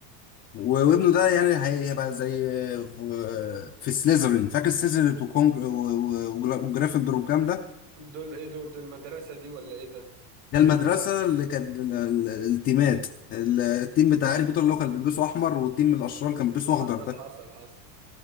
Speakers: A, on the left; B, on the right.
A: و- وابنه ده يعني هي- هيبقى زي آه، في في سليزرين فاكر سليزرين وكونج و- و- وجرا- وجريفندور والكلام ده
B: دول ايه دول دول المدرسة دي ولا ايه ده
A: ده المدرسة اللي كان ال- ال- التيمات ال- التيم بتاع هاري بوتر اللي هو كان بيلبسه احمر والتيم الاشرار كان بيلبسه
B: حصل
A: اخضر ده
B: حصل حصل